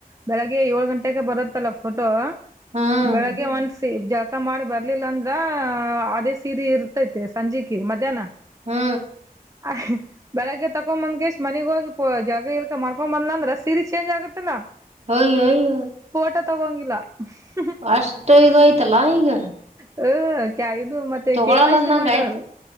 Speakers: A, on the right; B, on the right.
A: ಬೆಳಿಗ್ಗೆ ಏಳ ಗಂಟೆಗೆ ಬರತ್ತಲ್ಲ ಫೋಟೋ
B: ಹ್ಮ್
A: ಬೆಳಗ್ಗೆ ಒನ್ಸ ಜ ಊಟ ಮಾಡಿ ಬರ್ಲಿಲ್ಲ ಅಂದ್ರ ಅದೇ ಸೀರೆ ಇರ್ತೈತೆ ಸಂಜೆಕ ಮಧ್ಯಾಹ್ನ
B: ಹಾ
A: ಅ ಬೆಳಗ್ಗೆ ತಕೊ ಬಂದ್ಕೇಶ್ ಮನಗ ಹೋಗಿ ಪ ಜಾಗ ಇರ್ಕ ಮ್ಕೊ್ ಬಂದ್ ಅಂದ್ರ ಸೀರೆ ಚೇಂಜ್ ಆಗತ್ತಲ್ಲಾ
B: ಹಯ ಹಯ
A: ಫೋಟೋ ತಗೊಂಗಿಲ್ಲ
B: ಅಷ್ಟ ಇದು ಆಯ್ತಲ್ಲಾ ಈಗ
A: ಹ ಕ ಇದು ಮತ್ತೆ
B: ತಗೊಳಲ್ಲ
A: ಕೆ ವೈಸಿ
B: ಅಂದಂಗ
A: ಮಾಡ್ರಲ್ಲ
B: ಆಯ್ತು